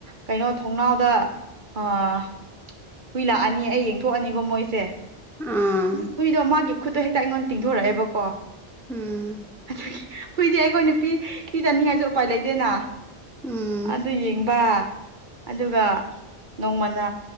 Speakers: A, on the right (about 50°); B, in the centre.
A: ꯀꯩꯅꯣ ꯊꯣꯡꯅꯥꯎꯗ ꯑꯣ ꯍꯨꯏ ꯂꯥꯛꯑꯥꯅꯤ ꯑꯩ ꯌꯦꯡ ꯊꯣꯛꯑꯥꯅꯤꯀꯣ ꯃꯣꯏꯁꯦ
B: ꯑꯥ
A: ꯗꯣ ꯍꯨꯏꯗꯣ ꯃꯥꯒꯤ ꯈꯨꯠꯇꯣ ꯍꯦꯛꯇ ꯑꯩꯉꯣꯟꯗ ꯇꯤꯡꯊꯣꯔꯛꯑꯦꯕꯀꯣ
B: ꯎꯝ
A: ꯑꯗꯨꯒꯤ ꯍꯨꯏꯗꯤ ꯑꯩꯈꯣꯏ ꯅꯨꯄꯤ ꯄꯤꯖꯅꯤꯡꯉꯥꯏꯁꯨ ꯎꯄꯥꯏ ꯂꯩꯇꯦꯅ
B: ꯎꯝ
A: ꯑꯗꯨ ꯌꯦꯡꯕ ꯑꯗꯨꯒ ꯅꯣꯡꯃꯅ